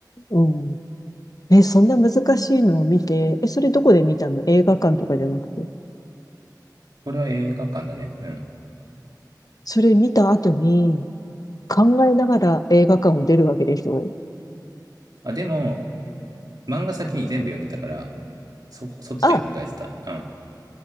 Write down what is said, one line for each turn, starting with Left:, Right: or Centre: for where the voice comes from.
Left: うん。え、そんな難しいのを見て、え、それどこで見たの映画館とかじゃなくて。
Right: これは映画館だね。うん。
Left: それ見た後に考えながら映画館を出るわけでしょ。
Right: あ、でも、漫画先に全部読んでたから、そこ、そっちで考えてた。
Left: あ、
Right: うん。